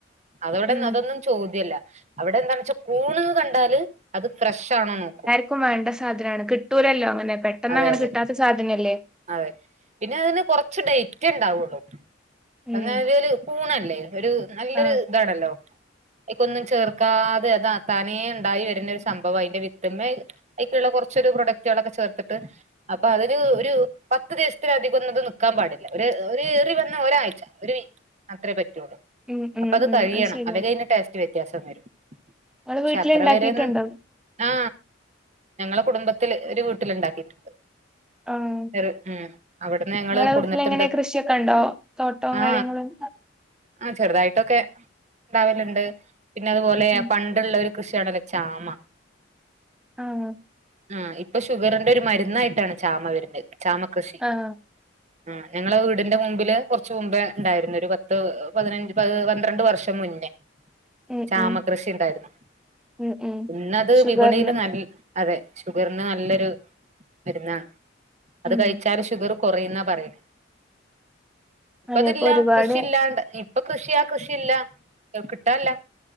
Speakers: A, on the right (about 35°); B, in the centre.
A: അതവിടെന്ന്
B: ഉം
A: അതൊന്നും ചോദ്യല്ല അവിടെ എന്താണ് വെച്ചാ കൂണ്ന്ന് കണ്ടാല് അത് ഫ്രഷ് ആണോ നോക്കും
B: ഇപ്പം വേണ്ട സാധനാണ് കിട്ടൂലല്ലോ ങ്ങനെ പെട്ടന്ന്
A: അതെ
B: അങ്ങനെ
A: അതെ
B: കിട്ടാത്ത സാധനല്ലേ
A: അതെ പിന്നെ അതിന് കൊർച്ച് ഡൈറ്റ് ഇണ്ടാവൊള്ളൂ. <unintelligible>
B: ഉം
A: കൂണല്ലേ ഒരു നല്ലൊരു
B: ആഹ്
A: ഇതാണല്ലോ. അയിക്കൊന്നും ചേർക്കാതെ അത് താനേ ഇണ്ടായി വരുന്ന ഒരു സംഭവഅയിന്റെ വിത്ത്മ്മെ അയ്ക്ക്‌ള്ള കൊർച്ചരു പ്രൊഡക്റ്റുകളൊക്കെ ചേർത്ത്ട്ട് അപ്പൊ അതിന് ഒര് പത്ത് ദിവസത്തില അധികൊന്നും ഇത് നിക്കാം പാടില്ല ഒരു ഒരു ഏറി വന്ന ഒരാഴ്ച ഒര് അത്രേ പറ്റുള്ളൂ
B: ഉം ഉം
A: അപ്പ അത്
B: ഉം
A: കഴിയണം
B: ശരിയാ
A: അല്ലെങ്കി അയിന്റെ ടേസ്റ്റ് വ്യത്യാസം വരും.
B: ഇങ്ങള്
A: പക്ഷെ
B: വീട്ടില്
A: അത്ര
B: ഇണ്ടാക്കിട്ടുണ്ടോ
A: വരെന്ന് ആ ഞങ്ങളെ കുടുംബത്തില് ഒരു വീട്ടില് ഇണ്ടാക്കിട്ട്
B: ആഹ്
A: ചെറ് ഉം അവട്ന്ന് ഞങ്ങള്
B: ഇങ്ങളെ
A: കൊട്ന്ന്ട്ട്ണ്ട്
B: വീട്ടിലെങ്ങനെ കൃഷിയൊക്കെ ഉണ്ടോ തോട്ടവും
A: ആ
B: കാര്യങ്ങളും
A: ആ ചെറ്തായിട്ടൊക്കെ ഇണ്ടാവല്ണ്ട് പിന്നെ അതുപോലെ
B: ഉം
A: പണ്ടുള്ളരു കൃഷിയാണല്ലോ ചാമ
B: ആഹ്
A: ആ ഇപ്പൊ ഷുഗറിന്റെ ഒരു മര്ന്നായിട്ടാണ് ചാമ വരുന്ന ചാമ കൃഷി.
B: ആഹ്
A: ആ ഞങ്ങളെ വീട്ന്റെ മുമ്പില് കൊർച്ച്‌ മുമ്പ് ണ്ടായിരുന്നു ഒരു പത്ത് പതിനഞ്ച് പ പന്ത്രണ്ട് വർഷം മുന്നേ
B: ഉം
A: ചാമകൃഷി
B: ഉം
A: ഇണ്ടായിരുന്നു.
B: ഉം ഉം
A: ഇന്നത്
B: ഷുഗറിന്
A: വിപണിയില് നൽ അതെ ഷുഗറ്ന് നല്ലൊരു മരുന്നാണ് അത്
B: ഉം
A: കഴിച്ചാല് ഷുഗർ കൊറയുന്നാ പറയല് ഇപ്പതില്ല
B: അതെ ഇപ്പൊ ഒരുപാട്
A: കൃഷില്ലാണ്ട് ഇപ്പൊ കൃഷിയാ കൃഷി ഇല്ല കിട്ടാല്ല.